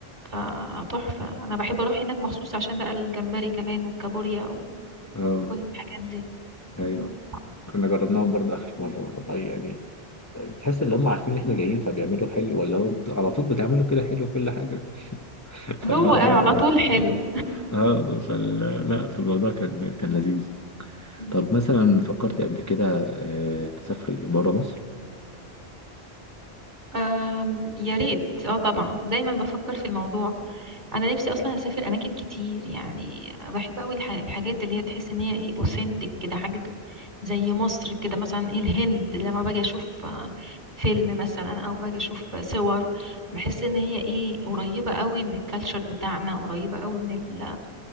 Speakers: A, on the right; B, on the left.
A: فتحفة انا بحب اروح هناك مخصوص عشان بقى الجمبري كمان والكابوريا
B: اه
A: كل الحاجات دي
B: أيوه
A: مم.
B: كنا جربناهم برضه آخر مرة والله يعني تحس إن هم عارفين إن إحنا جايين فبيعملوا حلو ولا هو أنتوا على طول بتعملوا كده حلو كل حاجة <laughs> فالموضوع
A: هو على طول حلو
B: اه فال لا فالموضوع كان كان لذيذ
A: مم.
B: طب مثلا فكرتي قبل كده آه، تسافري بره مصر
A: أم، يا ريت اه طبعا دايما بفكر في الموضوع انا نفسي اصلا اسافر اماكن كتير يعني بحب قوي الح- الحاجات اللي هي تحس ان هي ايه اوثنتك كده حاجه ج- زي مصر كده مثلا ايه الهند لما باجي اشوف آه، فيلم مثلا او باجي اشوف صور بحس ان هي ايه قريبه قوي من الكالتشر بتاعنا قريبه قوي من ال